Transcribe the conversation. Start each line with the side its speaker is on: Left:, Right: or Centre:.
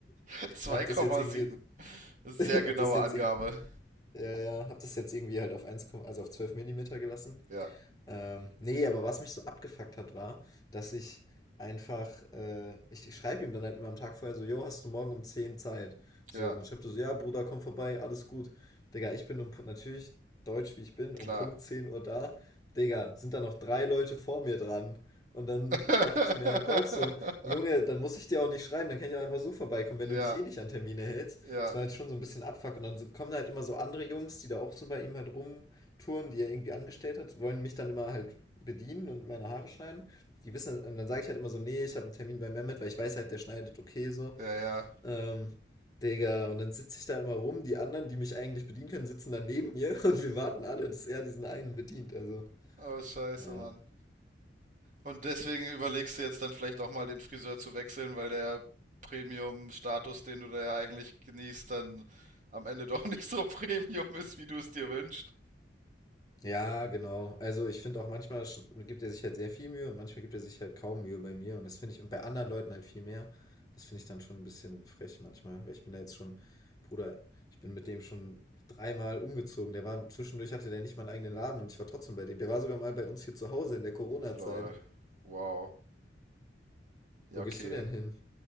Right: <laughs> 2,7.
Left: Hab das jetzt irgendwie, <laughs>
Right: Das ist
Left: hab
Right: sehr genaue
Left: das jetzt,
Right: Angabe.
Left: irg- ja, ja, hab das jetzt irgendwie halt auf eins, also auf 12 Millimeter gelassen.
Right: Ja,
Left: Ähm, nee, aber was mich so abgefuckt hat, war, dass ich einfach, äh, ich, ich schreibe ihm dann halt immer am Tag vorher so, jo, hast du morgen um 10 Zeit? So,
Right: ja,
Left: und dann schreibt er so, ja, Bruder, komm vorbei, alles gut. Digga, ich bin um, Pu- natürlich deutsch wie ich bin, um
Right: klar.
Left: Punkt 10 Uhr da. Digga, sind da noch drei Leute vor mir dran? Und dann
Right: <laughs>
Left: dachte ich mir halt auch so, Junge, dann muss ich dir auch nicht schreiben, dann kann ich auch einfach so vorbeikommen, wenn
Right: Ja,
Left: du dich eh nicht an Termine hältst.
Right: ja,
Left: Das war halt schon so ein bisschen Abfuck. Und dann so- kommen da halt immer so andere Jungs, die da auch so bei ihm halt rum Touren, die er irgendwie angestellt hat, wollen mich dann immer halt bedienen und meine Haare schneiden. Die wissen, das- und dann sage ich halt immer so, nee, ich habe einen Termin bei Mehmet, weil ich weiß halt, der schneidet okay so.
Right: ja, ja.
Left: Ähm, Digga, und dann sitze ich da immer rum, die anderen, die mich eigentlich bedienen können, sitzen dann neben mir <laughs> und wir warten alle, dass er diesen einen bedient. Also,
Right: Oh, scheiße,
Left: ja.
Right: Mann. Und deswegen überlegst du jetzt dann vielleicht auch mal den Friseur zu wechseln, weil der Premium-Status, den du da ja eigentlich genießt, dann am Ende doch <laughs> nicht so Premium ist, wie du es dir wünschst.
Left: Ja, genau. Also ich finde auch manchmal sch- gibt er sich halt sehr viel Mühe und manchmal gibt er sich halt kaum Mühe bei mir. Und das finde ich, und bei anderen Leuten halt viel mehr. Das finde ich dann schon ein bisschen frech manchmal, weil ich bin da jetzt schon, Bruder, ich bin mit dem schon dreimal umgezogen. Der war, zwischendurch hatte der nicht mal einen eigenen Laden und ich war trotzdem bei dem. Der war sogar mal bei uns hier zu Hause in der Corona-Zeit.
Right: Lol. Wow. Ja,
Left: Wo
Right: okay.
Left: gehst du denn hin?